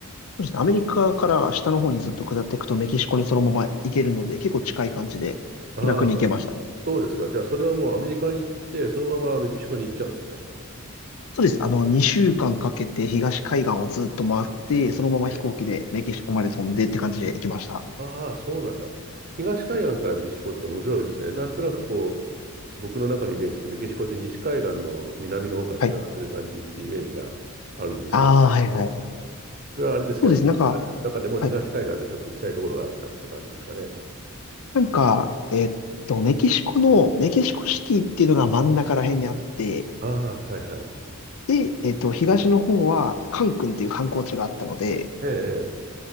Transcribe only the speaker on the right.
ああ、そうですか。じゃあ、それはもうアメリカに行って、そのままメキシコに行っちゃうんですか
ええ。ああ、そうなんだ。東海岸からメキシコって面白いですね。なんとなくこう、僕の中のイメージってメキシコって西海岸の南の方からつながってる感じってイメージがあるんですけど、
それはあれですか、
やっぱ、
中でも東海岸でちょっと行きたいところがあったって感じですかね。
ああ、はいはい。
ええ、ええ。